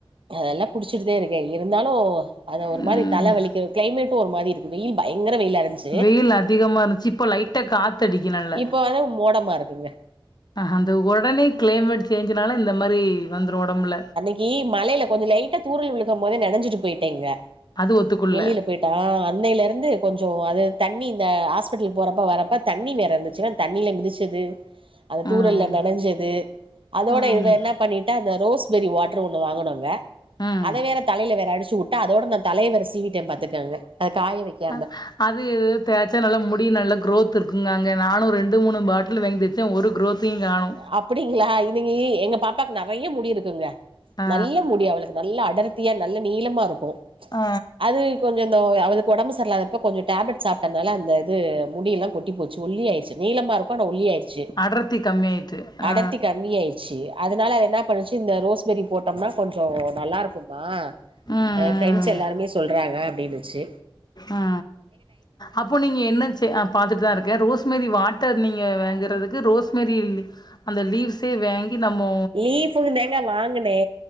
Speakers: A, on the right; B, on the left.
A: அதெல்லா குடிச்சிட்டுதே இருக்கே இருந்தாலு அத ஒரு
B: ம்
A: மாரி தலை வலிக்க கிளைமேட் டு ஒரு மாரி இருக்கு வெயில் பயங்கர வெயிலா இருந்ச்சு
B: வெயில் அதிகமா இருந்துச்சு இப்ப லைட்ட காத்தடிக்க நல்ல
A: இப்ப வந்து மோடமா இருக்குங்க
B: அஹ் அந்த உடனே கிளைமேட் சேஞ்சுனால இந்த மாரி வந்துரு ஒடம்புல
A: நீ மழையில கொஞ்ச லைட்டா தூரல் விழுகம் போதே நெனஞ்சிட்டு போயிட்டேங்க
B: அது ஒத்துக்குள்ள
A: வெளியில போய் ட அன்னையில இருந்து கொஞ்சோ அது தண்ணி இந்த ஹாஸ்பிட்டல் போறப்ப வர்றப்ப தண்ணி வேற இருந்துச்சுன்னா தண்ணில மிதிச்சது அந்த தூரல்ல
B: ம்
A: நனைஞ்சது அதோட
B: ம்
A: இது என்ன பண்ணிட்டா அந்த ரோஸ்பேரி வாட்ரு ஒன்னு வாங்கனோங்க
B: ம்
A: அத வேற தலையில வேற அடிச்சு வுட்டா அதோட நா தலையை வேற சீவிட்டே பாத்துக்கங்க அத காய வ்க்காம
B: அ அது இது தேய்ச்சா நல்லா முடி நல்ல க்ரோத் இருக்குங்க நானு ரெண் டு மூணு பாட்டில் வாங்கிவச்ச ஒரு குரோத்தையுங் காணோ
A: அப்டிங்களா இன்னிக்கி எங்க பாப்பாக்கு நெறைய முடி இருக்குங்க
B: ஆ
A: நல்ல முடி அவளுக் நல்ல அடர்த்தியா நல்ல நீளமா இருக்கு
B: ஆ
A: அது கொஞ்ச இந்த அவதுக்கு ஓடம்பு சரியில்லாதப்ப கொஞ்ச டேப்லெட் சாப்டதுனால அந்த இது முடியெல்லா கொட்டி போச் சு ஒல்லி ஆயிருச்சு நீளமா இருக்கு ஆன ஒல்லி ஆயிருச்சு
B: அடர்த்தி கம்மியாயிட்டு
A: அடர்த்தி
B: ஆ
A: கம்மி ஆயிச்சு அதனால அது என்ன பண்ணுச்சு இந்த ரோஸ்பெரி போட் டம்னா கொஞ்சோ நல்லா இருக்கும்மா
B: ம்
A: ஆ ஃப்ரெண்ட்ஸ்
B: ம்
A: எல்லாருமே சொல்றாங்க அப்டின்னுச்சி
B: ஆ அப்போ நீங்க என்ன செ ஆ பாத்துட்டு தா இருக்கே ரோஸ்மேரி வாட்டர் நீங்க வாங்குறது க்கு ரோஸ்மெரி அந்த லீவ்ஸே வாங்கி நம்மோ
A: லீப்பையு தாங்க வாங்கினே